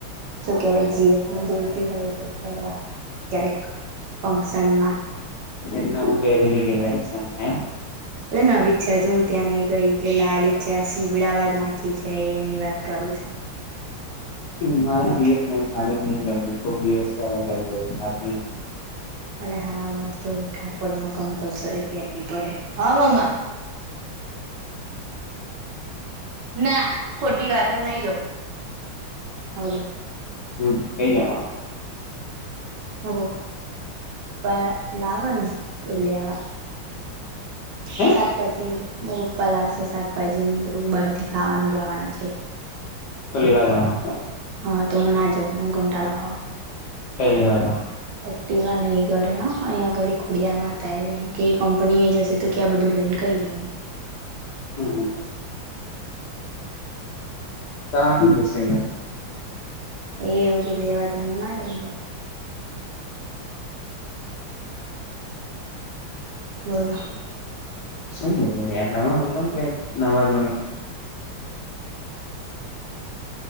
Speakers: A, on the right (about 70°); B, on the left (about 70°).
A: શું કેહેવાય જીએફને જોઈતી હોય તો પહેરવા ક્યારેક ફંક્શનમાં.
B: એને ઉ પેરેલીધે છે, એમ
A: એટલે નવી જ છે, હજુ હું ત્યાં નહી ગઈ એટલે લાલ જ છે આ શીવડાવા નાખી છે એની વાત કરું છું.
B: મારે
A: નક્કી
B: જએ ચાલી નહી કરતી કોક દિવસ કરી.
A: અ હા અમારે તો ઠાકોર માં કમ્પલસરી પહેરવી પડે. હ મમા. ના ખોટી વાત હું નહી જાઉં. હાલો
B: હમ કઈ જવાનું તો
A: મ પ લાવન એ લેવા. શાકભાજી
B: હે
A: પપ્પા લાવશે. શાકભાજીને બલું બહાર થી ખાવાનું લાવવાના છે.
B: શું લેવા જવાના.
A: હ, તો હું ના જાઉં મન કંટાળો આવ
B: પહેલી વાર હ
A: એક્ટિવા નહીં ઘરે હ અહીયાંયા ઘળ ખુડયાર મામ કે કંપની એ જશે તો ક્યાં બધું લઈને કઈ જઈ
B: હમ. ગામ જશે
A: એ એવું કે લેવા દઉ ના જ પણ બોલો
B: શું બોલોલો યાર નવા બોલો ને ભાઈ નવાજણી